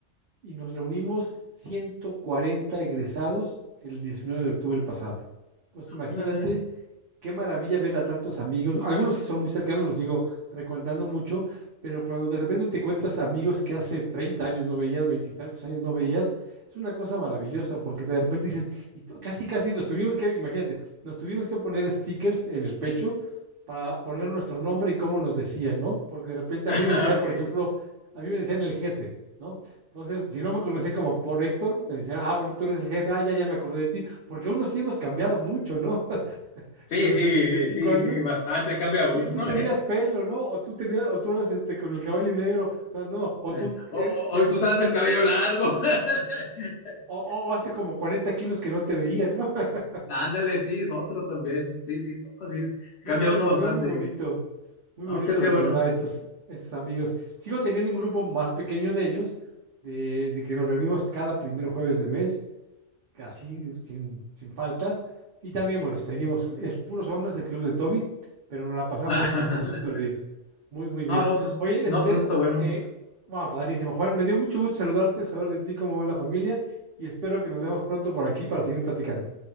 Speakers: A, on the right (about 55°); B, on the left (about 65°).
A: y nos reunimos 140 egresados el 19 de octubre pasado. Entonces imagínate
B: Ándale, mira.
A: qué maravilla ver a tantos amigos. Algunos sí son muy cercanos, los sigo frecuentando mucho, pero cuando de repente te encuentras amigos que hace 30 años no veías, veintitantos años no veías, es una cosa maravillosa porque de repente dices, y tú, casi, casi nos tuvimos que, imagínate, nos tuvimos que poner stickers en el pecho para poner nuestro nombre y cómo nos decían, ¿no? Porque de repente
B: <laughs>
A: a mí me decían,
B: Ok.
A: por ejemplo, a mí me decían el jefe, ¿no? Entonces, si no me conocía como por Héctor, me decían, ah, bueno, tú eres el jefe, ah, ya, ya me acordé de ti, porque uno sí hemos cambiado mucho, ¿no?
B: Sí,
A: durante
B: sí,
A: treinta y cinco
B: sí,
A: años,
B: sí, bastante cambia uno.
A: oye, tú
B: <laughs>
A: tenías pelo, ¿no? O tú tenías, o tú eras este con el cabello negro, o sea, no, o
B: Sí.
A: tú
B: O-
A: eres-
B: o- Hoy
A: te-
B: tú sabes el cabello largo. <laughs>
A: o, o hace
B: Sí.
A: como 40 kilos que no te veía, ¿no? <laughs>
B: Ándale, sí, es otro también. Sí, sí, todo, sí, es-
A: No,
B: cambia uno
A: y
B: bastante.
A: fue muy bonito,
B: Y-
A: muy
B: No,
A: bonito
B: qué, qué
A: recordar
B: bueno.
A: estos, estos amigos. Sigo teniendo un grupo más pequeño de ellos, de, de que nos reunimos cada primer jueves de mes, casi sin, sin falta. Y también, bueno, seguimos, es puros hombres el club de Toby, pero nos la pasamos
B: <laughs>
A: súper, súper bien. Muy, muy bien.
B: No, no, pues,
A: Oye,
B: no,
A: este,
B: pues eso está bueno.
A: eh, wow, padrísimo. Juan, me dio mucho gusto saludarte, saber de ti, cómo va la familia, y espero que nos veamos pronto por aquí para seguir platicando.